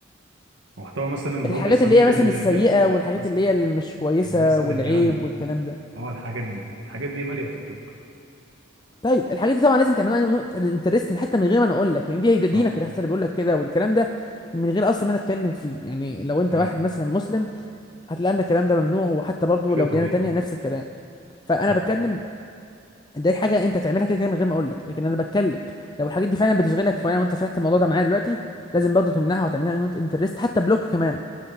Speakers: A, on the right (about 70°); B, on the left (about 20°).
A: محتوى مثلا اللي
B: الحاجات
A: هم بيسموه
B: اللي هي مثلا
A: الليبسينج
B: السيئه والحاجات
A: مثلا
B: اللي هي اللي مش كويسه
A: الناس
B: والعيب
A: اللي بتغني
B: والكلام ده
A: اه الحاجات دي الحاجات دي ماليه تيك توك
B: طيب الحاجات دي طبعا لازم تعملها انترستنج حتى من غير ما انا اقول لك يعني دي هي ده
A: صح
B: دينك اللي حتى اللي بيقول لك كده والكلام ده من غير اصلا ما انا اتكلم فيه يعني لو انت
A: تمام
B: واحد مثلا مسلم هتلاقي ان الكلام ده ممنوع وحتى برضو
A: شيء
B: لو
A: طبيعي
B: ديانه تانية نفس الكلام فانا
A: صح
B: بتكلم دي حاجه انت تعملها كده كده من غير ما اقول لك لكن انا بتكلم لو الحاجات دي فعلا بتشغلك فانا وانت فتحت الموضوع ده معايا دلوقتي لازم برضو تمنعها وتعملها نوت انترست حتى بلوك كمان